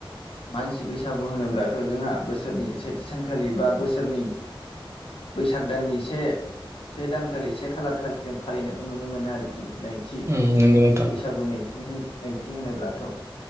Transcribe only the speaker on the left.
मानसि बैसागु होनोब्लाथ' जोंहा बोसोरनि सेथि सानखालि बा बोसोरनि बैसाग दाननि से से दानखालि से खालारखालि जों फालिनायखौ नुनो मोनो आरोखि नैथि
बैसागु नैथि होन नैथि होनोब्लाथ'